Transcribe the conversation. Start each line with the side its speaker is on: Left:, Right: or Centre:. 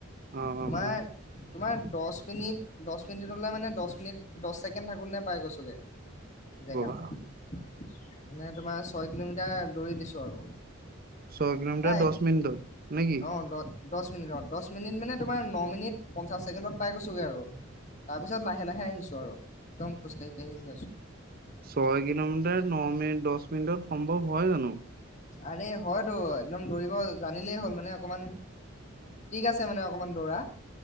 Right: অ
Left: তোমাৰ,
Right: অ অ
Left: তোমাৰ দহ মিনিট দহ মিনিট হ'লে, মানে দহ দহ ছেকেণ্ড থাকোতেনে পাই গৈছোঁগে, জেগাত।
Right: বহা
Left: মানে তোমাৰ, ছয় কিলোমিটাৰ দৌৰি দিছোঁ আৰু।
Right: ছয় কিলোমিটাৰ,
Left: প্ৰায়
Right: দহ মিনিটত নেকি?
Left: অ দহ দহ মিনিটত, দহ মিনিট মানে তোমাৰ ন মিনিট পঞ্চাশ ছেকেণ্ডত পাই গৈছোঁগে আৰু। তাৰপিছত ন লাহে লাহে আহিছো আৰু একদম খোজ কাঢ়ি আছো।
Right: ছয় কিলোমিটাৰ ন মিনিট দহ মিনিটৰ সম্ভৱ হয় জানো?
Left: আৰে হয়তো একদম দৌৰিব জানিলেই হ'ল মানে অকমান ট্ৰিক আছে মানে অকমান দৌৰা।